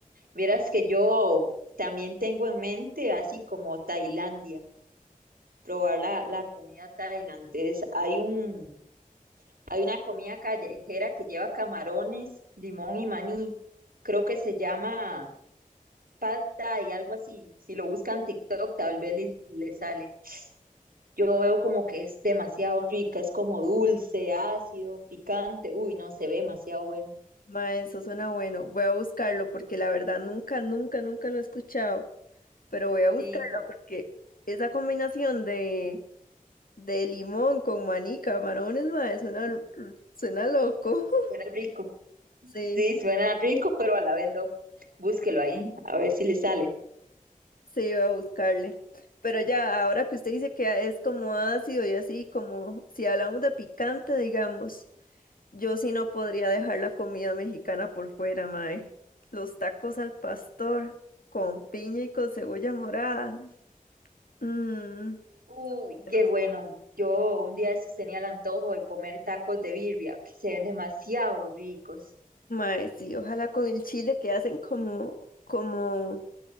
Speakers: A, on the right; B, on the left.
A: Vieras que yo también tengo en mente, así como Tailandia, probar la, la comida tailandesa. Hay un, hay una comida callejera que lleva camarones, limón y maní. Creo que se llama Pad Thai, algo así. Si lo buscan en TikTok, tal vez le, le sale. Yo veo como que es demasiado rica, es como dulce, ácido, picante. Uy, no, se ve demasiado bueno.
B: Ma, eso suena bueno. Voy a buscarlo porque la verdad nunca, nunca, nunca lo he escuchado. Pero voy a buscarlo
A: Sí, como
B: porque esa combinación de, de limón con maní, camarones, ma, suena, l- suena loco. <laughs>
A: que fuera rico.
B: Sí,
A: Sí, suena rico, pero a la vez no. Búsquelo ahí, a ver si le sale.
B: sí, voy a buscarle. Pero ya, ahora que usted dice que es como ácido y así, como si hablamos de picante, digamos, yo sí no podría dejar la comida mexicana por fuera, mae. Los tacos al pastor con piña y con cebolla morada. Mm,
A: Uy,
B: Bueno,
A: qué bueno. Yo un día de estos tenía el antojo de comer tacos de birria, que se ven demasiado ricos.
B: mae, sí, ojalá con el chile que hacen como, como